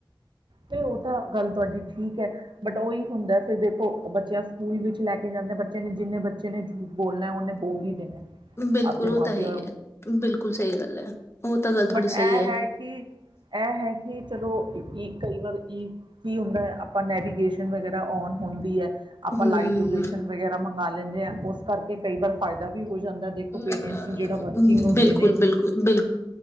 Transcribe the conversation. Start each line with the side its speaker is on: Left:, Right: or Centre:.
Right: ਤੇ ਉਹ ਤਾਂ ਗੱਲ ਤੁਹਾਡੀ ਠੀਕ ਹੈ ਬਟ ਉਹੀ ਹੁੰਦਾ ਫਿਰ ਦੇਖੋ ਬੱਚਿਆਂ ਸਕੂਲ ਵਿੱਚ ਲੈ ਕੇ ਜਾਂਦੇ ਬੱਚਿਆਂ ਨੇ ਜਿੰਨੇ ਬੱਚੇ ਨੇ ਝੂਠ ਬੋਲਣਾ ਉਹਨੇ ਬੋਲ ਹੀ ਦੇਣਾ
Left: ਬਿਲਕੁਲ
Right: ਆਪਦੇ
Left: ਉਹ
Right: ਮਾਂ
Left: ਤਾਂ ਹੈਹੀ
Right: ਪਿਓ
Left: ਹੈ ਬਿਲਕੁਲ ਸਹੀ ਗੱਲ ਹੈ ਉਹ ਤਾਂ ਗੱਲ ਥੋੜੀ
Right: ਬਟ
Left: ਸਹੀ
Right: ਇਹ ਹੈ ਕਿ, ਇਹ ਹੈ ਕਿ, ਚਲੋ ਕਈ ਵਾਰ ਈ ਕੀ ਹੁੰਦਾ ਆਪਾਂ ਨੈਵੀਗੇਸ਼ਨ ਵਗੈਰਾ ਔਨ ਹੁੰਦੀ ਹੈ। ਆਪਾਂ
Left: ਹਮ
Right: ਲਾਈਵ ਲੋਕੇਸ਼ਨ ਵਗੈਰਾ ਮੰਗ ਮੰਨ ਲੈਂਦੇ ਆ ਉਸ ਕਰਕੇ ਕਈ ਵਾਰ ਫਾਇਦਾ ਵੀ ਹੋ ਜਾਂਦਾ ਦੇਖੋ
Left: ਅਮ,
Right: ਪੇਰੈਂਟਸ ਨੂੰ ਜਿਹੜਾ ਵਰਕਿੰਗ ਹੁੰਦੇ
Left: ਬਿਲਕੁਲ
Right: ਨੇ
Left: ਬਿਲਕੁਲ